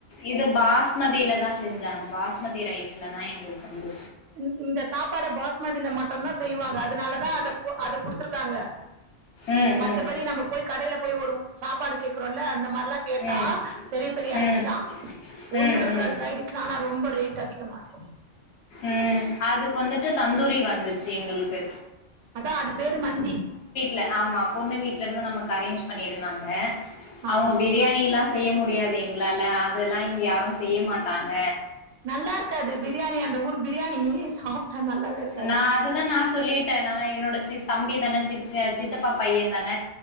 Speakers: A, on the left (about 70°); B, on the right (about 80°).
A: இது பாஸ்மதியிலதா செஞ்சாங்க பாஸ்மதி ரை ஸ்லதா எங்களுக்கு வந்து
B: இந் இந்த சாப்பாட பாஸ்மதில மட்டுந்தா செய்வாங்க அதனாலதா அத ஓ அத குடுத்துருக்காங்க
A: ம்
B: மத்தபடி
A: ம்
B: நம்ம போய் கடை ல போய் ஒரு சாப்பாடு கேக்குறோல்ல அந்த மாரி ல்லா கேட்டா
A: ம்
B: பெரிய பெரிய அரிசிதா
A: ம்
B: ஒண்ணு
A: ம்
B: இருக்காது
A: ம்
B: சைடு டிஸ்லா ஆனா ரொம்ப ரேட் அதி கமா இருக்கு
A: ம் அதுக்கு வந்துட்டு தந்தூரி வந்து ச்சு எங்களுக்கு
B: அதா அது பேரு மந்தி
A: ல ஆமா பொண்ணு வீட்ல இருந்து நமக்கு அரேஞ்ச் பண்ணிருந்தாங்க அவங்க
B: ஆ
A: பிரியாணிலா செய்ய முடியாது எங்களால அ தெல்லா இங்க யாரு செய்ய மாட் டாங்க
B: நல்லா இருக்காது பிரியாணி அந்த ஊர் பிரியாணி ஏ சாப் ஆ நல்லாவே இருக்காது
A: நா அதுதா நா சொல்லிட்டே நா என்னோட சி தம்பிதான சித்த சித்தப்பா பையந்தான